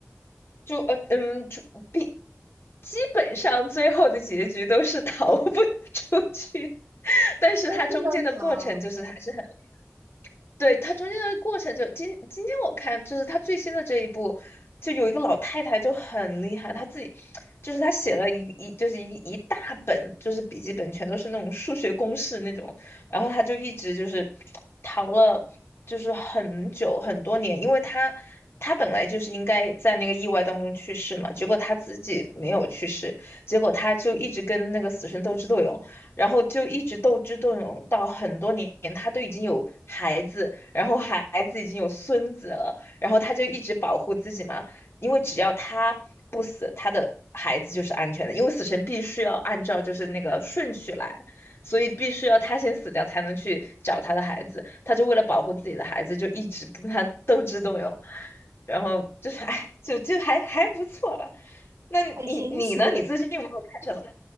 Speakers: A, on the left; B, on the right.
A: 就呃嗯，主必基本上最后的结局都是逃不 <laughs> 出去，<laughs> 但是他中间的过程就是还是很。
B: 都不能逃，
A: 对，它中间的过程就今今天我看就是它最新的这一部，就有一个老太太就很厉害，她自己就是她写了一一就是一一大本就是笔记本，全都是那种数学公式那种，然后她就一直就是逃了就是很久很多年，因为她她本来就是应该在那个意外当中去世嘛，结果她自己没有去世，结果她就一直跟那个死神斗智斗勇。然后就一直斗智斗勇到很多年，他都已经有孩子，然后孩子已经有孙子了，然后他就一直保护自己嘛，因为只要他不死，他的孩子就是安全的，因为死神必须要按照就是那个顺序来，所以必须要他先死掉才能去找他的孩子，他就为了保护自己的孩子，就一直跟他斗智斗勇，然后就是哎，就就还还不错了。那你你呢？
B: 很神奇。
A: 你最近有没有看什么？